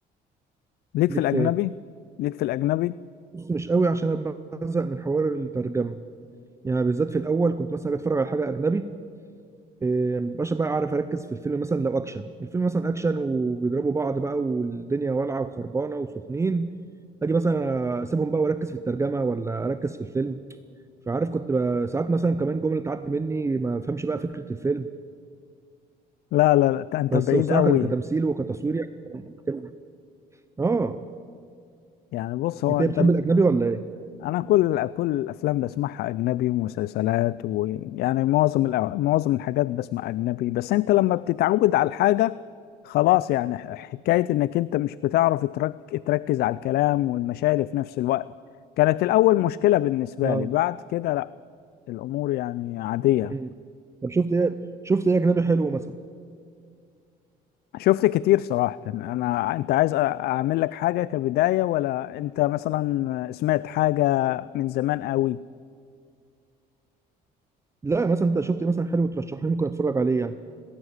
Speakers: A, on the left; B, on the right.
A: ليك
B: ليك
A: في الاجنبي
B: في ايه
A: ليك في الاجنبي
B: بص مش قوي عشان انا بزهق من حوار الترجمه يعني بالذات في الاول كنت مثلا أجي اتفرج على حاجه اجنبي إيه، مبقاش بقى عارف اركز في الفيلم مثلا لو اكشن الفيلم مثلا اكشن وبيضربوا بعض بقى والدنيا والعه وخربانه وسخنين اجي مثلا اسيبهم بقى واركز في الترجمه ولا اركز في الفيلم فعارف كنت بقى ساعات مثلا كمان جمله تعدي مني ما افهمش بقى فكره الفيلم
A: لا لا لا ت- انت
B: بس
A: بعيد
B: بصراحه
A: قوي
B: كان- كتمثيل وكتصوير يعني بتبقى- اه
A: يعني بص هو
B: انت
A: انت
B: إيه بتحب
A: ب...
B: الاجنبي ولا ايه؟
A: انا كل كل الافلام بسمعها اجنبي ومسلسلات ويعني معظم الأ... معظم الحاجات بسمع اجنبي بس انت لما بتتعود على الحاجه خلاص يعني ح- حكايه انك انت مش بتعرف ترك... تركز على الكلام والمشاعر في نفس الوقت كانت الاول مشكله بالنسبه
B: اه
A: لي بعد كده لا الامور يعني عاديه
B: مم. طب شفت ايه شفت ايه اجنبي حلو مثلا؟
A: شفت كتير صراحة أنا أنت عايز أ- أعمل لك حاجة كبداية ولا أنت مثلا سمعت حاجة من زمان قوي
B: لا مثلا انت شفت إيه مثلا حلو ترشحه لي ممكن اتفرج عليه يعني